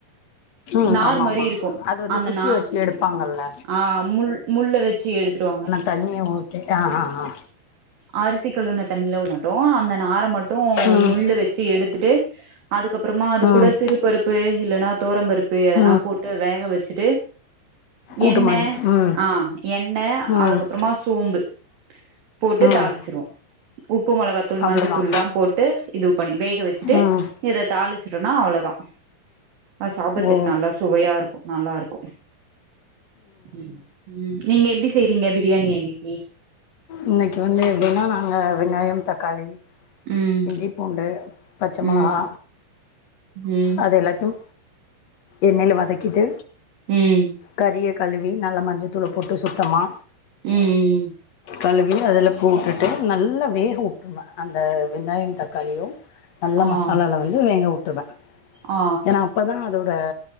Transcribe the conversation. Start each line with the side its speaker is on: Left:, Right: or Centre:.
Left: ம்
Right: நார்
Left: ஆமாம்மா
Right: மாரி இருக்கு
Left: அது வந்து
Right: அந்த
Left: குச்சியை
Right: நா
Left: வச்சு எடுப்பாங்கல்ல
Right: ஆ முள் முள்ள வச்சி எடுத்துருவாங்க
Left: தண்ணிய ஊத்திட்டு ஆ ஆ ஆ
Right: அரிசி கழுவுன தண்ணில ஊறனு ட்டு அந்த நார மட்டு
Left: ம்
Right: முள்ளு வச்சு எடுத்துட்டு அதுக்கப்புறமா அது
Left: ம்
Right: கூட சிறுபருப்பு இல்லனா துவரம்பருப் பு எதனா
Left: ம்
Right: போட்டு வேக வச் வெச்சுட்டு
Left: கூட்டு
Right: எண்ண
Left: மாதிரி ம்
Right: ஆஹ எண்ணெய்
Left: ம்
Right: அதுக்கப்புறமா சோம்பு விட்டு
Left: ம்
Right: தாளிச்சிருவோ உப்பு மொளகாத்தூள்
Left: அவ்வளோதான்
Right: மஞ்சத்தூள்ல்லா போட்டு இது பண்ணி வேக வெச்சுட்டு
Left: ம்
Right: இத தாளிச்சருனு அவ்ளதா அ சாப்பத்துக்கு
Left: ஓ
Right: நல்லா சுவையா இருக்கு நல்லாருக்கு ம் நீங்க எப்டி செய்ரீங்க பிரியாணிய இன்னக்கி
Left: இன்னைக் இது வந்து எப்டினா நாங்க வெங்காயம் தக்காளி
Right: ம்
Left: இஞ்சி பூண்டு பச்சமொளகா
Right: ம் ம்
Left: அது எல்லாத்தயு எண்ணைல வதக்கிட்டு
Right: உம்
Left: கறியை கழுவி நல்ல மஞ்சத்தூள போட்டு சுத்தமா
Right: உம்
Left: கழுவி அதுல போட்டுட்டு நல்லா வேக வுட்ருவ அந்த வெங்காயம் தக்காளியு நல்ல மசாலால
Right: ஆ
Left: வந்து வேக வுட் ட்ருவ
Right: ஆ
Left: ஏனா அப்பதா அதோ த